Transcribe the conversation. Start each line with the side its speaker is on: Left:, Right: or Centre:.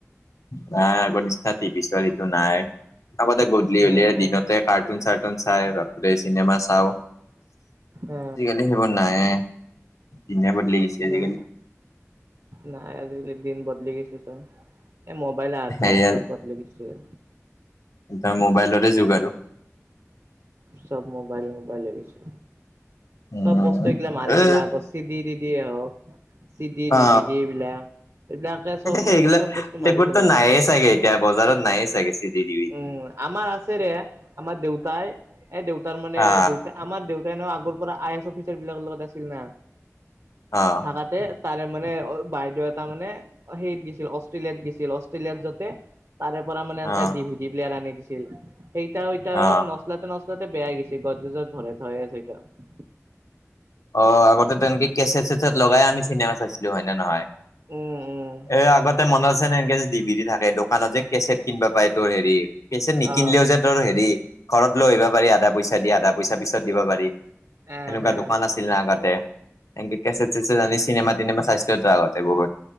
Left: ন আগৰ নিষ্ঠা টিভি ছোৱাৰ এইটো নাই আগতে গধূলি
Right: নাই
Left: হ'লে
Right: নাই
Left: দিনতে কা কাৰটোন চাৰটোন চাই বাপৰে চিনেমা চাও। আজিকালি
Right: অ
Left: সেইবোৰ নাই দিনেই বদলি হৈছে আজিকালি।
Right: নাই নাই আজিকালি দিন বদলি গৈছে চোন এ মোবাইল আহাৰ
Left: সেয়া
Right: পায় চব বদলি গেচি। যিয়ে।
Left: তা মোবাইলৰে যুগ আৰু।
Right: চব মোবাইল - মোবাইল হৈ গৈছে।
Left: উম
Right: চব বস্তু এইগিলা মাৰি
Left: এ
Right: ফেলে আকৌ চি দি - দি দিয়ে হক। চি দি দিভ
Left: অ
Right: দি এইবিলাক - এইবিলাক চব
Left: সেইগিলাক
Right: মানে চব বস্তু
Left: সেইবোৰতো
Right: মাৰি ফেলাক
Left: নায়ে
Right: আৰু
Left: চাগে এতিয়া বজাৰত নায়ে চাগে চিডি ডিভিডি
Right: উম, আমাৰ আ আমাৰ দেউতাই এ দেউতাৰ মানে
Left: অ
Right: দেউতাই আমাৰ দেউতাই এ নও আগৰ পৰা আই এছ অফিচাৰ বিলাক লগত আছিল না।
Left: অ',
Right: থাকাতে তাৰে মানে বাইদেউ এটা মানে সেইত গৈছিল অষ্ট্ৰেলিয়াত গৈছিল অষ্ট্ৰেলিয়াত যাওতে তাৰে পৰা মানে এনেকে
Left: অ
Right: ডি ভি ডি প্লেয়াৰ আনি দিছিল সেইতা এটা ন
Left: অ
Right: নচলাতে - নচলাতে বেয়াাই গৈছে গছ যুজত ভই থয় আছে এতিয়াও।
Left: অ, আগতে তেনেকে কেচ চেছেট লগাই আমি চিনেমা চাইছিলো হয় নে নহয়।
Right: উম উম
Left: এ আগতে মনত আছে এনেকে যে ডিভিডি থাকে দোকানত যে কেচেট কিনবা পাই তোৰ হেৰি কেচেট নিকিনলেও
Right: অ
Left: যে তোৰ হেৰি ঘৰত লৈ আহিব পাৰি আধা পইচা দি আধা পইচা পিছত দিবা পাৰি।
Right: এ
Left: সেনেকুৱা
Right: হে।
Left: না আগতে এনকে কেছেট- চেছেট আনি চিনেমা -তিনেমা চাইছিলোতো আগতে বহুত।